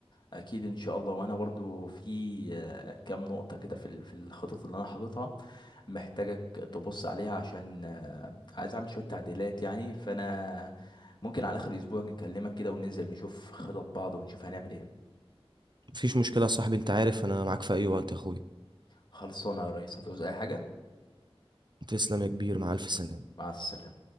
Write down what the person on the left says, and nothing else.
اكيد ان شاء الله وانا برضو في آه، كام نقطه كده في ال- في الخطط اللي انا حاططها محتاجك تبص عليها عشان عايز اعمل شويه تعديلات يعني فانا ممكن على اخر اسبوع نكلمك كده وننزل نشوف خطط بعض ونشوف هنعمل ايه
خلصانه يا ريس هتعوز اي حاجه
مع السلامه